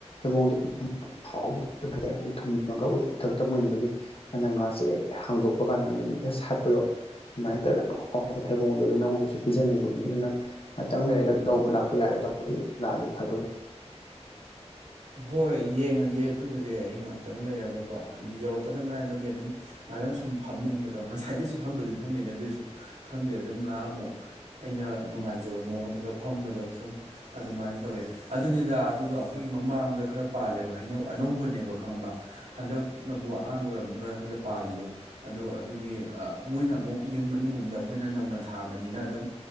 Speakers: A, on the left; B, on the right.
A: ꯣꯡꯗ ꯍꯥꯎꯕ ꯍꯥꯏ ꯌꯥꯝ ꯊꯨꯝꯃꯒ ꯎꯊꯛꯇ ꯃꯟꯕꯒꯤ ꯃꯅꯒꯥꯥꯁꯦ ꯍ ꯍꯥꯡꯗꯣꯛꯄ ꯀꯥꯟꯗ ꯁꯥꯥꯛꯠꯄꯣ ꯑꯗꯨꯃꯥꯏꯅ ꯇꯧꯔ ꯊꯕꯣꯡꯗꯣ ꯑꯗꯨ ꯅꯪꯉꯣꯟꯗꯁꯨ ꯄꯤꯖꯅꯤꯡꯕꯅꯤ ꯑꯗꯨ ꯅꯪ ꯉꯥꯛꯇꯪ ꯂꯩꯔꯒ ꯂꯧꯕ ꯂꯥꯛꯄ ꯌꯥꯏꯗ ꯂꯥꯜꯂꯤ ꯐꯗꯅꯤ
B: ꯍꯣꯏ ꯌꯦꯡꯉꯒꯦ ꯑꯗꯨꯕꯨꯗꯤ ꯑꯩ ꯉꯥꯏꯍꯥꯛꯇꯪ ꯂꯩꯔꯒꯀꯣ ꯍꯥꯏꯕꯗꯤ ꯌꯧꯔꯛꯄꯗ ꯉꯥꯏꯕꯒꯤ ꯑꯗꯨꯝ ꯉꯥꯏꯍ ꯈꯤꯇꯪ ꯁꯨꯝ ꯐꯝꯅꯤꯡꯕꯗꯣ ꯉꯁꯥꯏꯗꯩꯁꯨ ꯐꯝꯕꯗꯤ ꯐꯝꯃꯤꯅꯦ ꯑꯗꯨꯑꯣꯏꯁꯨ ꯈꯪꯗꯦ ꯑꯗꯨꯝ ꯉꯥꯏꯍꯥꯛ ꯑꯃꯨꯛ ꯑꯩꯅ ꯅꯨꯡꯉꯥꯏꯖꯕ ꯃꯑꯣꯡꯗꯒ ꯐꯝꯕꯗꯣ ꯁꯨꯝ ꯑꯗꯨꯃꯥꯏꯅ ꯇꯧꯋꯦ ꯑꯗꯨꯅꯤꯗ ꯑꯗꯨꯒ ꯑꯩꯈꯣꯏꯒꯤ ꯃꯃꯥꯡꯗ ꯈꯔ ꯄꯥꯜꯂꯦꯕ ꯍꯩꯅꯧ ꯑꯅꯧꯕꯅꯦꯕ ꯈꯪꯕ ꯍꯟꯗꯛ ꯅꯕꯨ ꯑꯍꯥꯟꯕ ꯑꯣꯏꯔꯝꯗ ꯈꯔ ꯍꯪꯗꯛ ꯄꯥꯜꯂꯤꯗꯣ ꯑꯗꯣ ꯑꯗꯨꯒꯤ ꯃꯣꯏꯅ ꯑꯃꯨꯛ ꯌꯨꯝ ꯃꯅꯨꯡ ꯑꯃꯗ ꯑꯩꯈꯣꯏꯅ ꯅꯧꯅ ꯊꯥꯕꯅꯤꯅ ꯑꯗꯨꯝ